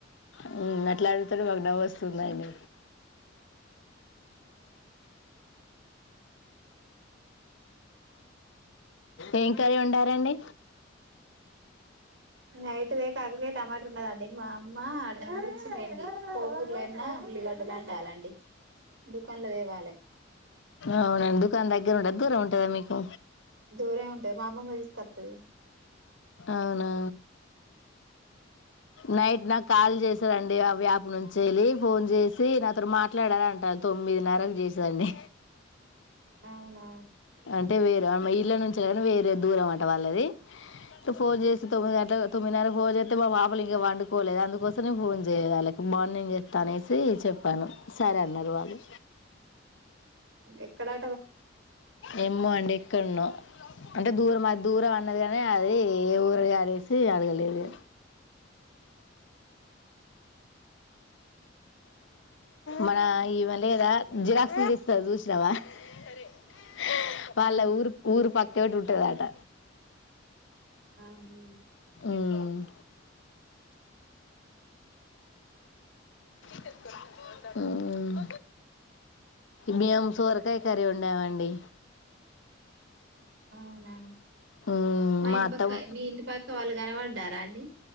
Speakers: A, on the left (about 70°); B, on the right (about 65°).
A: హ్మ్ మాట్లాడుతున్నా మాక్ నవ్వొస్త్ స్తుందండి ఏం కర్రీ వండారండి
B: నైట్ దే కాకరికాయ టమాట ఉన్నదండి మా <unintelligible> కోడిగుడ్లయినా ఉల్లిగడ్డలుండాలండి దుకాన్లో తేవాలే
A: అవునా దుకాణం దగ్గర ఉండదు దూరం ఉంటదా మీకు
B: దూరే ఉంటది మా అమ్మమ్మ తీసుకొత్తది
A: అవునా నైట్ నాకు కాల్ చేశారండి ఆ వ్యాప్ నుంచి వెళ్ళి ఫోన్ చేసి నాతోని మాట్లాడాలంటాను తొమ్మిదిన్నరకు చేశారండి
B: అవునా
A: అంటే వేరే ఆమెయి ఇంట్లో నుంచినీ వేరే దూరం అంట వాళ్ళది ఫోన్ చేసి తొమ్మిది గంటలు తొమ్మిదిన్నర కి ఫోన్ చేస్తే మా పాపలు ఇంకా పండుకోలేదు అందుకోసమే ఫోన్ చేయలేదు వాళ్ళకి మార్నింగ్ చేస్తా అనేసి చెప్పాను సరే అన్నారు వాళ్ళు
B: ఎక్కడా
A: ఏమో పో అండి ఇక్కడన అంటే దూరం అ దూరం అన్నది కానీ అది ఏ ఊరి అనేసి అడగలేదు మన ఈమె లేదా జిరాక్సులు తీసుకురా చూసి రవ హ వాళ్ళ
B: ఆ
A: ఊరు ఊరు పక్క తోడు ఉంటదట
B: అవ్నా
A: హ్మ్ తెస్తాను హ్మ్ మేం సోరకాయ కర్రీ వండాం అండి
B: అవునా
A: ఉమ్
B: మా ఇంటి
A: అత్తం
B: పక్క మీ ఇంటి పక్కనా వాళ్ళు కనపడ్డారా అండి